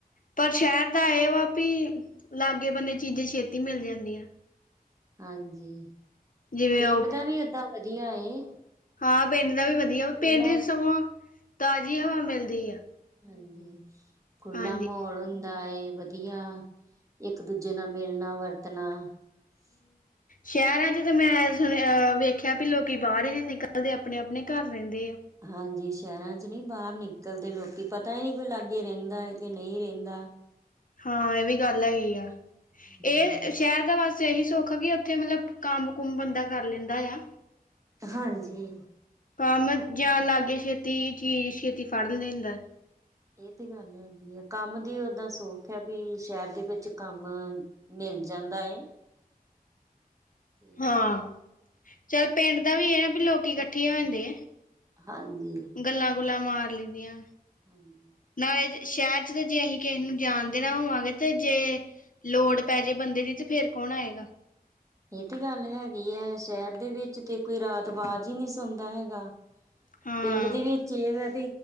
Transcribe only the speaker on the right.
ਹਾਂਜੀ,
ਪੇਂਡ
ਦਾ ਵੀ ਏਦਾਂ ਵਦੀਆ ਏ।
ਖੁੱਲਾ
ਹਾਂਜੀ, ਖੁੱਲਾ
ਮੋਲ ਹੁੰਦਾ ਏ। ਵਦੀਆ, ਏਕ ਦੂਜੇ ਨਾਲ ਮਿਲਨਾ ਵਰਤਨਾ <inaudible>
ਹਾਂਜੀ, ਸ਼ੈਰਾਂ ਚ ਨੀ ਬਾਰ ਨਿਕਲਦੇ ਲੋਕੀ, ਪਤਾ ਈ ਨੀ ਕੋਈ ਲਾਗੇ ਰੇਂਦਾ ਐ ਕ ਨਈ ਰੈਂਦਾ।
ਹਮ
ਹਾਂਜੀ,
ਏਹ ਤੇ ਗੱਲ ਹੈਗੀ ਐਂ, ਕੰਮ ਦੀ ਓਦਾਂ ਸੌਖ ਐ ਵੀ ਸ਼ੈਰ ਦੇ ਵੇਚ ਕੰਮ ਮੇਲ ਜਾਂਦਾ ਏ ਤੇ
ਹਾਂਜੀ।
ਹਾਂਜੀ।
ਇਹ ਤੇ ਗੱਲ ਹੈਗੀ ਹੈ, ਸ਼ਹਿਰ ਦੇ ਵਿੱਚ ਤੇ ਕੋਈ ਰਾਤ ਬਾਜ਼ ਹੀ ਨਹੀਂ ਸੁਣਦਾ ਹੈਗਾ।
ਪਿੰਡ ਦੇ ਵਿੱਚ ਇਹ ਵੈ,